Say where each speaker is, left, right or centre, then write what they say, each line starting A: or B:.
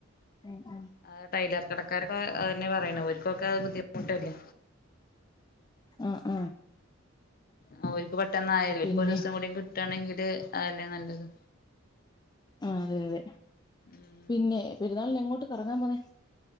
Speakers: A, on the left (about 20°); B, on the left (about 45°).
A: ഉം ഉം
B: ആഹ് ടൈലർ കടക്കാരൊക്കെ അത് തന്നെയാ പറയണെ ഓരുക്കൊക്കെ ബുദ്ധിമുട്ടല്ലേ
A: ഉം ആഹ് ആഹ്
B: ആഹ് ഓൽക്ക് പെട്ടെന്നായല്ലോ ഓൽക്കൊരു
A: പിന്നെ
B: ദിവസം കൂടി കിട്ടാണെങ്കില് അതല്ലേ നല്ലത്
A: ആഹ് അതെ അതെ
B: ഉം
A: പിന്നെ പെരുന്നാളിന് എങ്ങോട്ട് കറങ്ങാൻ പോന്നെ